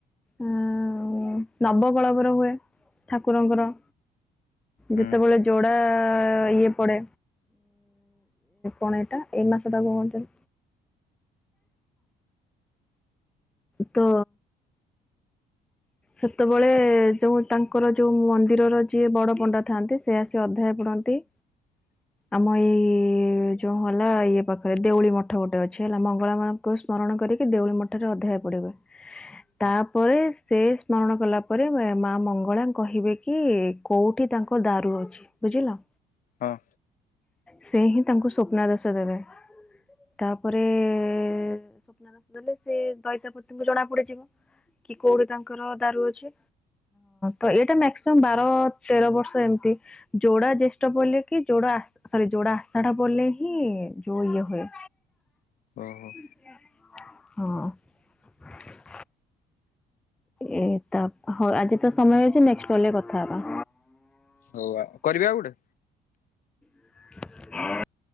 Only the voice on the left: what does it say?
ହୁଁ
<inaudible>
<inaudible>
ହଁ।
ଓହୋ।
ହଉ ଆଉ କରିବେ ଆଉ ଗୋଟେ।